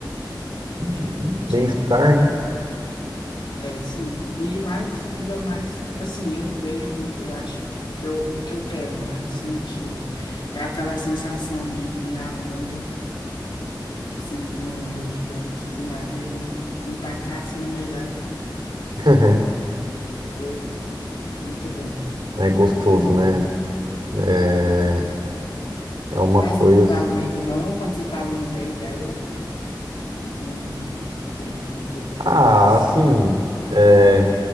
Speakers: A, on the right (about 80°); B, on the left (about 80°).
A: de de bem-estar,
B: que,
A: né?
B: é, sim, e mais, ainda mais, assim, eu vejo muito, eu acho que eu- o que eu quero, né? Sentir é aquela sensação de vir a onda, assim, vir uma onda gigante do nada e eu me tacar assim, no meio dela.
A: <laughs>
B: Ou Muito bom,
A: É gostoso,
B: quero muito.
A: né? É, é uma
B: Mas
A: coisa.
B: não
A: assim-
B: dá medo, não, quando você tá ali no meio dela, não tem um pouco de
A: Ah,
B: medo, assim.
A: assim. é,